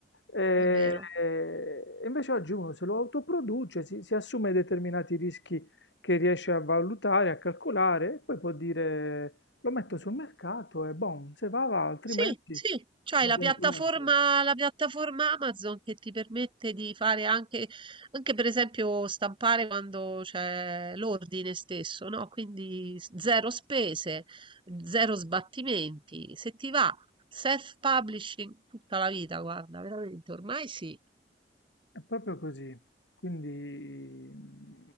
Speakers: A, on the left; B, on the right.
A: E,
B: È vero.
A: e invece oggi uno se lo autoproduce, si, si assume determinati rischi che riesce a valutare, a calcolare, e poi può dire lo metto sul mercato e boom, se va va, altrimenti
B: Sì, sì, c'hai
A: va
B: la
A: bene
B: piattaforma,
A: comunque.
B: la piattaforma Amazon che ti permette di fare anche, anche per esempio stampare quando c'è l'ordine stesso, no? Quindi s- zero spese, zero sbattimenti. Se ti va, self-publishing tutta la vita, guarda, veramente ormai sì,
A: È proprio così, quindi mm,